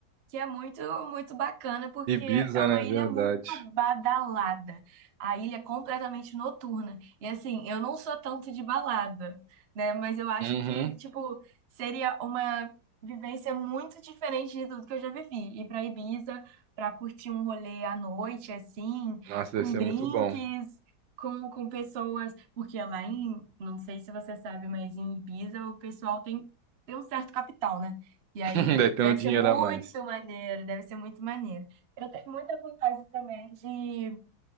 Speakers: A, on the right; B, on the right.
A: que é muito, muito bacana, porque
B: Ibiza,
A: é uma
B: né?
A: ilha
B: Verdade.
A: muito badalada. A ilha é completamente noturna. E assim, eu não sou tanto de balada, né? Mas eu acho
B: Uhum.
A: que, tipo, seria uma vivência muito diferente de tudo que eu já vivi. Ir pra Ibiza pra curtir um rolê à noite, assim,
B: Nossa,
A: com
B: deve ser
A: drinks.
B: muito bom.
A: Com, com pessoas, porque lá em, não sei se você sabe, mas em Ibiza o pessoal tem, tem um certo capital, né? E
B: <laughs>
A: aí
B: Deve ter
A: deve
B: um dinheiro
A: ser muito
B: a mais.
A: maneiro, deve ser muito maneiro. Eu tenho muita vontade também de ir